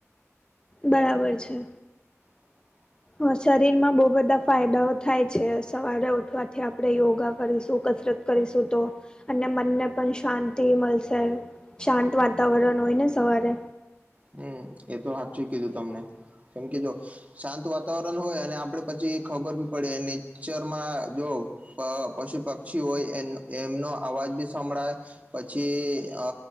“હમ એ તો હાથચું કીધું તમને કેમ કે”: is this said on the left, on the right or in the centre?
Right